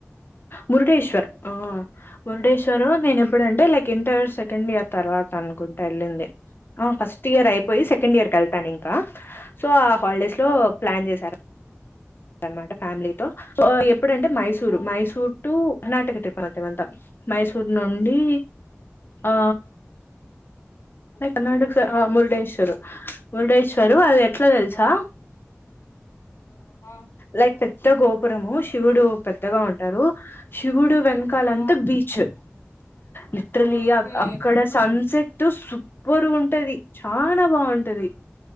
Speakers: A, on the left; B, on the left.
A: మురిడిటేశ్వర్ ఆ మురుడేశ్వరు నేను ఎప్పుడంటే లైక్ ఇంటర్ సెకండ్ ఇయర్ తర్వాత అనుకుం ఆ ఫస్ట్ ఇయర్ అయిపోయి
B: ఓకే
A: సెకండ్ ఇయర్క కేళ్తాను ఇంకా సో ఆ హాల్డేస్ లో ప్లాన్ జేశారు అన్నమాట ఫ్యామిలీతో సో ఎప్పుడంటే మైసూరు
B: ఆ
A: మైసూరు టు కనాటక తిప్పుతి వెళ్తాం మైసూర్ నుండి ఆ కనటక మురుడేశ్వరు మురుడేశ్వరు అది ఎట్లా దేల్సా
B: ఆ ఆ
A: లైక్ పెద్ద గోపురము శివుడు పెద్దగా ఉంటారు శివుడు వెన్క కాల అంత
B: ఆ
A: బీచ్ లిటరల్లీ
B: ఓకే
A: అ అక్కడ సన్సెట్టు సూప్పుర్ గుంటది చానా బావున్ టది